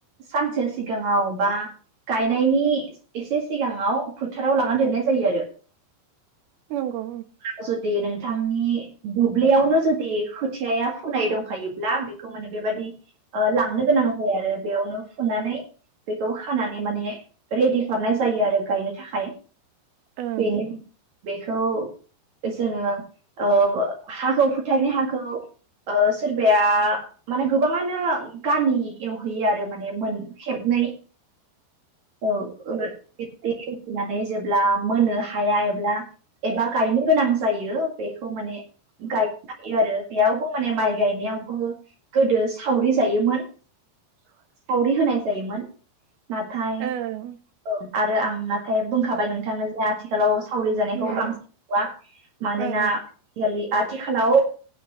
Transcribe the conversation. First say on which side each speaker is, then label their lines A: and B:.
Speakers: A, on the right; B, on the right.
A: सानसे सिगाङाव बा गायनायनि एसे सिगाङाव फोथाराव लानानै दोननाय जायो आरो।
B: नंगौ
A: उनाव जुदि नोंथांनि बुब्लियावनो जुदि खोथियाया फुनाय दंखायोब्ला खौ माने बेबादि लांनो गोनां जायो आरो बेयावनो फुनानै बेखौ हानानै माने रेडि खालामनाय जायो आरो गायनो थाखाय।
B: ओं
A: बेनो बेखौ जोङो हाखौ फुथारनि हाखौ सोरबाया माने गोबाङानो गाम एवहैयो आरो माने ओ माने खेबनै औ खेबनै खेबनै माने जेब्ला मोननो हाया एब्ला एबा गायनो गोनां जायो बेखौ माने
B: ओं
A: गाय हायो आरो बेयावबो माने माइ गायनायावबो गोदो सावरि जायोमोन।
B: <inaudible>
A: सावरि होनाय जायोमोन नाथाय
B: ओं
A: ओ आरो आं नाथाय बुंखाबाय नोंथांनो जे आथिखालाव सावरि जानायखौ
B: ओं
A: बांसिनुवा मानोना
B: ओं
A: आ आथिखालाव